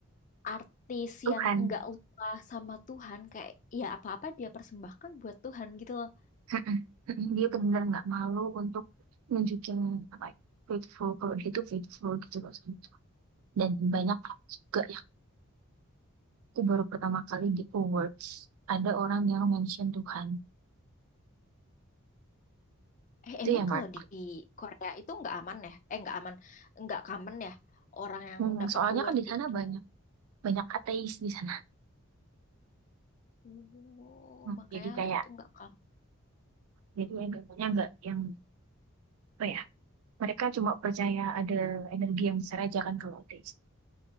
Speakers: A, on the left (about 35°); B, on the right (about 70°).
A: artis
B: Tuhan.
A: yang nggak lupa sama Tuhan kayak ya apa-apa dia persembahkan buat Tuhan gitu loh.
B: Mm-mm. Mm-mm. Dia benar-benar nggak malu untuk nunjukin apa ya, faithful kalau dia tuh faithful gitu loh sama Tuhan. Dan banyak hal juga yang aku baru pertama kali di awards ada orang yang mention Tuhan
A: Eh
B: itu
A: emang
B: ya
A: kalau
B: Mark.
A: di Korea itu nggak aman ya? Eh nggak aman, nggak common ya orang yang
B: Hmm,
A: dapat
B: soalnya
A: award
B: kan di sana
A: itu.
B: banyak banyak ateis di sana.
A: Oh,
B: Hmm,
A: makanya
B: jadi kayak
A: itu nggak common.
B: jadi agamanya nggak yang apa ya mereka cuma percaya ada energi yang besar aja kan kalau ateis.